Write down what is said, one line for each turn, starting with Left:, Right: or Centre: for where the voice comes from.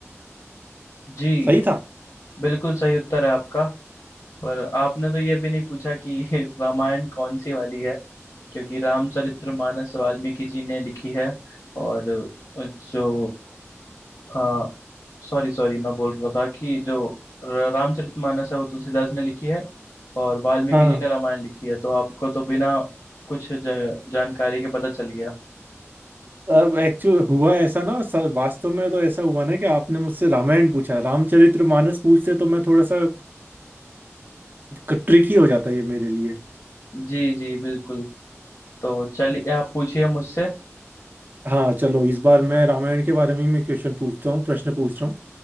Left: जी
Right: सही था
Left: बिल्कुल सही उत्तर है आपका पर आपने तो ये भी नहीं पूछा कि <laughs> रामायण कौन सी वाली है क्योंकि रामचरितमानस वाल्मीकि जी ने लिखी है और जो हाँ, सॉरी सॉरी मैं बोल रहा था कि जो र- रामचरितमानस है वो तुलसीदास ने लिखी है और वाल्मीकि
Right: हाँ
Left: जी ने रामायण लिखी है तो आपको तो बिना कुछ ज- जानकारी के पता चल गया
Right: अब एक्चुअल हुआ ऐसा ना सर वास्तव में तो ऐसा हुआ ना कि आपने मुझसे रामायण पूछा रामचरितमानस पूछते तो मैं थोड़ा सा ट्रिकी हो जाता ये मेरे लिए
Left: जी जी बिल्कुल तो चलिए आप पूछिए मुझसे
Right: हाँ चलो इस बार मैं रामायण के बारे में ही क्वेश्चन पूछता हूँ प्रश्न पूछ रहा हूँ